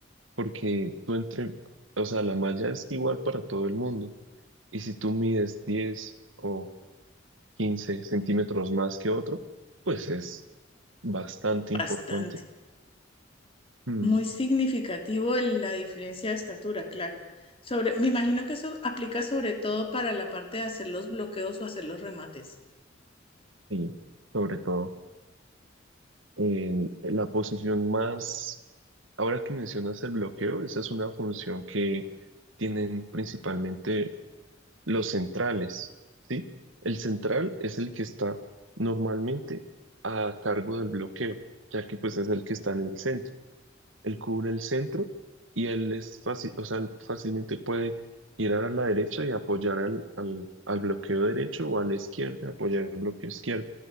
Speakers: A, on the right; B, on the left.
A: Porque tú entre O sea, la malla es igual para todo el mundo. Y si tú mides diez o quince centímetros más que otro, pues es bastante
B: bastante.
A: importante. Mm,
B: Muy significativo el- la diferencia de estatura, claro. Sobre, me imagino que eso aplica sobre todo para la parte de hacer los bloqueos o hacer los remates.
A: Y sobre todo, en la posición más... Ahora que mencionas el bloqueo, esa es una función que tienen principalmente los centrales, ¿sí? El central es el que está normalmente a cargo del bloqueo, ya que pues es el que está en el centro. él cubre el centro y él es fácil, o sea, él fácilmente puede girar a la derecha y apoyar al, al, al bloqueo derecho o a la izquierda, apoyar al bloqueo izquierdo.